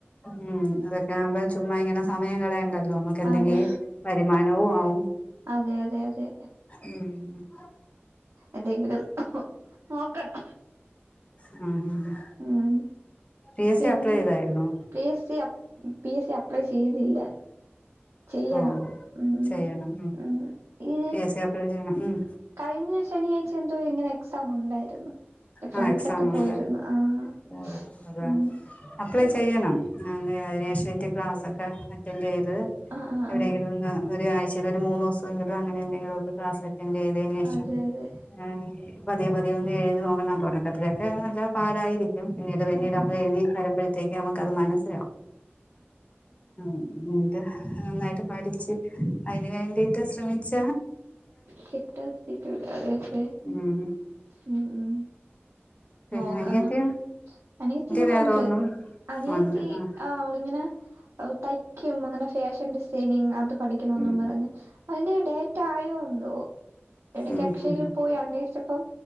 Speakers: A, on the left; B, on the right.
A: ഉം അതൊക്കെ ആവുമ്പോ ചുമ്മാ ഇങ്ങനെ സമയം കളയണ്ടല്ലോ ന നമ്മക്ക് എന്തെങ്കിലും
B: അതെ അതെ
A: വരുമാനവും ആവും
B: അതെ അതെ അതെ
A: ഉം
B: എന്തെങ്കിലും നോക്കണം
A: ആഹ് ആഹ്
B: ഉം
A: പി എസ്
B: പിന്നെ
A: സി അപ്ലൈ ചെയ്തായിരുന്നോ?
B: പി എസ് സി അ പി എസ് സി അപ്ലൈ ചെയ്തില്ല ചെയ്യണം
A: ഓ
B: ഉം
A: ചെയ്യണം
B: ഉം ഈ
A: പി എസ് സി അപ്ലൈ ചെയ്യണം ഉം
B: കഴിഞ്ഞ ശനിയാഴ്ച എന്തോ ഇങ്ങനെ എക്സാം ഉണ്ടായിരുന്നു എന്റെ ഫ്രണ്ട്സ്
A: ആ എക്സാം
B: ഒക്കെ പോയിരുന്നു
A: ഉണ്ട്
B: ആഹ്
A: ഓഹ് അതാ
B: ഉം
A: അപ്ലൈ
B: അതെ
A: ചെയ്യ് ണം അതി ശേഷംത്തെ ക്ലാസ് ഒക്കെ അറ്റൻഡ് ചെയ്ത്
B: ആഹ് ആഹ്
A: എവിടെങ്കിലും
B: ആഹ്
A: ഒന്ന്- ഒരാഴ്ചയിൽ ഒരു മൂന്ന് ദിവസമെങ്കിലും അങ്ങനെ എന്തെങ്കിലും ഒക്കെ ക്ലാസ് അറ്റൻഡ് ചെയ്തതിന് ശേഷം
B: അതെ
A: -
B: അതെ
A: പതിയെ പതിയെ ഒന്നും എഴുതി നോക്കണം തൊടക്കത്തിലൊക്കെ നല്ല പാടായിരി ക്കും പിന്നീട് പിന്നീട്
B: ആഹ്
A: നമ്മൾ
B: ആഹ്
A: എഴുതി വരുമ്പഴേത്തെക്ക് നമക്ക് അത് മനസ്സിലാവും ആഹ് ഉ <unintelligible> നന്നായിട്ട് പഠിച്ച് അയിന് വേണ്ടിയിട്ട് ശ്രമിച്ച
B: കിട്ടാതിരിക്കുലാ അതൊക്ക
A: ഉം
B: ഉം ഉം
A: പിന്നെ
B: നോക്കണം
A: അനിയത്തിയും
B: അനിയത്തി ഇവിടെ
A: വേറെ
B: ഉണ്ട്
A: ഒന്നും
B: അനിയത്തി
A: ഉണ്ട് ആ
B: അവള് ഇങ്ങനെ തയ്ക്കും അങ്ങനെ ഫാഷൻ ഡിസൈനിങ് അത് പഠി ക്കണമെന്നും
A: ഉം
B: പറഞ്ഞ് അയിന്റെ ഡേറ്റ് ആയോ എന്തോ എടക്ക്
A: ഉം
B: അക്ഷയിൽ
A: ഉം
B: പോയി അന്വേഷിച്ചപ്പം